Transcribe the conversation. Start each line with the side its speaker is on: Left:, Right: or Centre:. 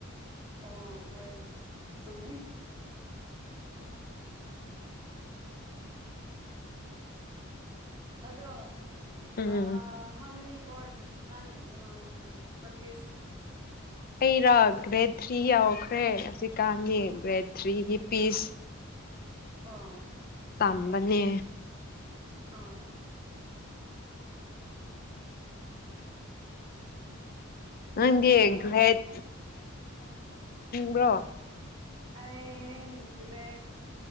Right: ꯑꯣ ꯍꯣꯏ ꯆꯨꯝꯃꯦ ꯑꯗꯣ
Left: ꯎꯝ
Right: ꯑ ꯍꯥꯃꯤꯅꯤ ꯀꯣꯔꯁ ꯅꯪ ꯎ ꯄꯠꯇ
Left: ꯑꯩꯔꯒ ꯔꯦ ꯊ꯭ꯔꯤ ꯌꯥꯎꯈ꯭ꯔꯦ ꯍꯧꯖꯤꯛꯀꯥꯟꯗꯤ ꯔꯦ ꯊ꯭ꯔꯤꯒꯤ ꯄꯤꯁ
Right: ꯑꯣ
Left: ꯇꯝꯕꯅꯦ
Right: ꯑꯥ
Left: ꯅꯪꯗꯤ
Right: ꯂꯁꯨ ꯀꯣ
Left: ꯒ꯭ꯔꯦꯠ ꯄꯨ꯭ꯔꯣ
Right: ꯑꯩ ꯀꯗ